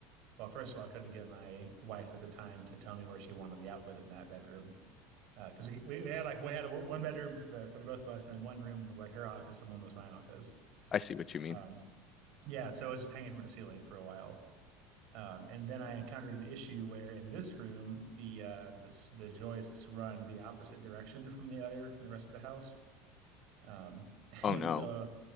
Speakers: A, on the right (about 65°); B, on the left (about 40°).
A: well, first of all, I couldn't get my wife at the time to tell me where she wanted the outlet in that bedroom. Because we, we we had like we had a, one bedroom for the for the both of us, and then one room was like her office, and one was my office.
B: I see what you mean.
A: Um, yeah, so it was just hanging from the ceiling for a while. Um, and then I encountered an issue where in this room the uh, the s- the joists run the opposite direction from the other from the rest of the house. Um, <laughs>
B: Oh
A: and
B: no.
A: so